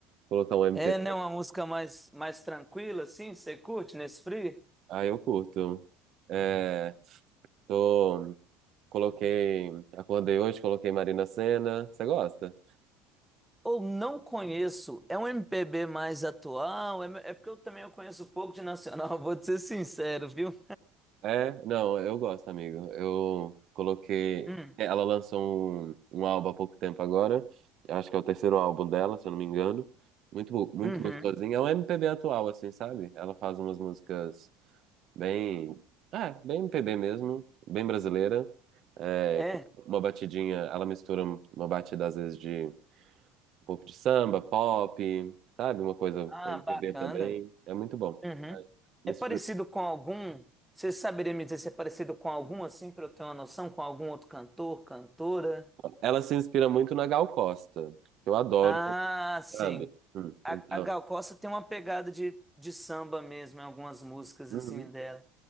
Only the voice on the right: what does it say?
colocar um MPB.
Ah, eu curto. É, tô... Coloquei... Acordei hoje, coloquei Marina Sena. Você gosta?
É, não, eu gosto, amigo. Eu coloquei.
é, Ela lançou um, um álbum há pouco tempo agora. Eu Acho que é o terceiro álbum dela, se eu não me engano. Muito, bo- muito
gostosinho. É um MPB atual, assim, sabe? Ela faz umas músicas bem. É, bem MPB mesmo, bem brasileira. É,
com uma batidinha. Ela mistura uma batida, às vezes, de um pouco de samba, pop, sabe? Uma coisa
MPB
também. É muito bom.
Nesse
Ela se inspira muito na Gal Costa, que eu adoro,
sabe? Hum,
Então,
uhum.